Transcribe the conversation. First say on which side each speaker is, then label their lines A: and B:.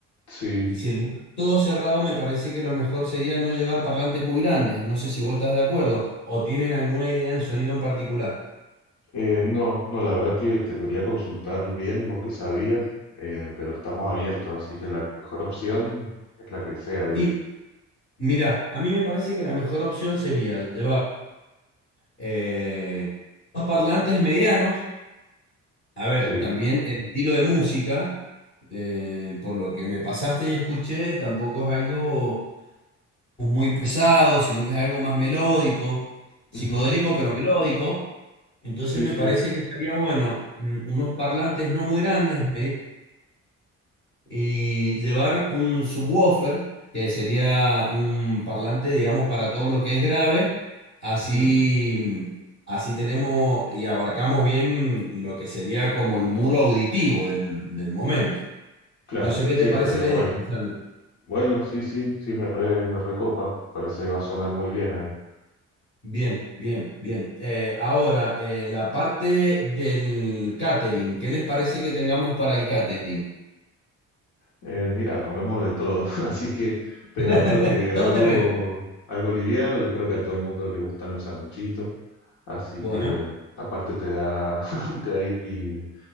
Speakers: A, on the left; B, on the left.
A: Sí.
B: y si el lugar es todo cerrado me parece que lo mejor sería no llevar parlantes muy grandes. No sé si vos estás de acuerdo o tienen alguna idea en sonido en particular.
A: Eh, no, no, la verdad que te quería consultar bien, vos que sabías, eh, pero estamos abiertos, así que la mejor opción es la que sea, digo.
B: Y mira, a mí me parece que la mejor opción sería llevar eh, dos parlantes medianos A ver,
A: Sí.
B: también el estilo de música, eh, por lo que me pasaste y escuché, tampoco es algo muy pesado, sino que es algo más melódico, psicodélico
A: Ujú,
B: pero melódico. Entonces
A: Sí,
B: me
A: sí.
B: parece que estaría bueno mm, unos parlantes no muy grandes, y llevar un subwoofer, que sería un parlante, digamos, para todo lo que es grave. Así,
A: Ujú,
B: así tenemos y abarcamos bien lo que sería como el muro auditivo del, del momento.
A: Claro,
B: No sé qué
A: sí,
B: te parece
A: estaría
B: la
A: bueno.
B: idea, Lisandro.
A: Bueno, sí, sí, sí, me re, me recopa. Me parece que va a sonar muy bien ahí.
B: Bien, bien, bien. Eh, ahora, eh, la parte del catering. ¿Qué les parece que tengamos para el catering?
A: Eh, mira, comemos de todo, <laughs> así que, pero
B: <laughs>
A: creo que
B: Todo
A: algo,
B: terreno.
A: algo liviano, yo creo que a todo el mundo le gustan los sanguchitos, así
B: Bueno,
A: que aparte te da, <laughs> te da y, y,